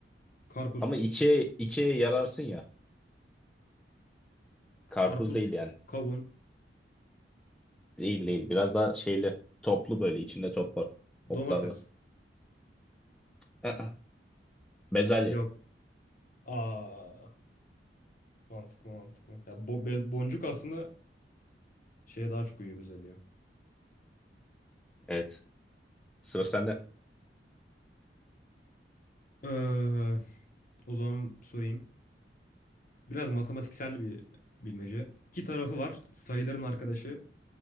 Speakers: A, on the left; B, in the centre.
A: Karpuz.
B: Ama içe içe yararsın ya. Karpuz
A: Karpuz,
B: değil yani.
A: kavun.
B: Değil
A: Allah
B: değil. Biraz
A: Allah.
B: daha şeyli. Toplu böyle. İçinde top var.
A: Domates.
B: Toplar var. Aa, bezelye.
A: Yok. Aa, mantıklı mantıklı. Ya bo- be- boncuk aslında şeye daha çok uyuyor güzel ya.
B: Evet. Sıra sende.
A: Ee, o zaman sorayım. Biraz matematiksel bir bilmece. İki tarafı var. Sayıların arkadaşı.